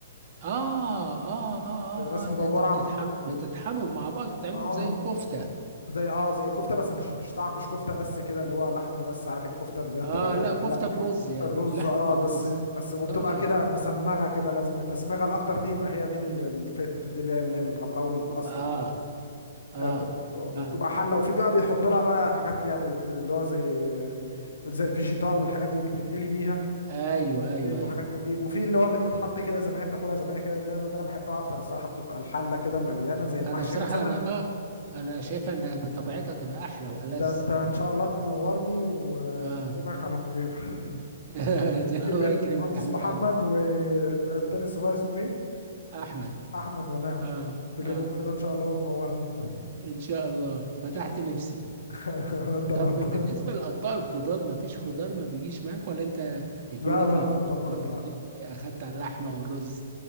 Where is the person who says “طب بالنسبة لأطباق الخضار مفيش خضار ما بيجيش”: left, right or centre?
Right